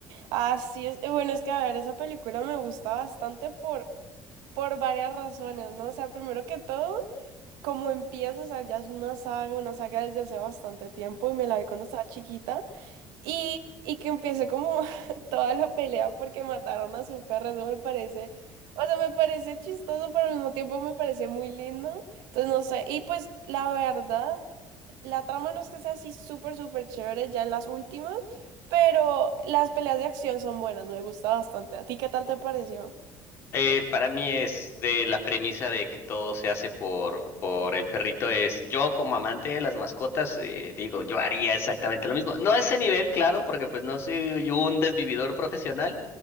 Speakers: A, on the right; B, on the left.
A: Así es, eh, bueno, es que a ver, esa película me gusta bastante por, por varias razones, ¿no? O sea, primero que todo, como empieza, o sea, ya es una saga, una saga desde hace bastante tiempo y me la vi cuando estaba chiquita Y, y que empiece como <laughs> toda la pelea porque mataron a su perro, eso me parece, o sea, me parece chistoso, pero al mismo tiempo me parece muy lindo. Entonces, no sé, y pues la verdad, la trama no es que sea así súper, súper chévere ya en las últimas, pero las peleas de acción son buenas, me gusta bastante. ¿A ti qué tal te pareció?
B: Eh, para mí es de la premisa de que todo se hace por, por el perrito. Es yo como amante de las mascotas, eh, digo, yo haría exactamente lo mismo. No a ese nivel, claro, porque pues no soy un desvividor profesional,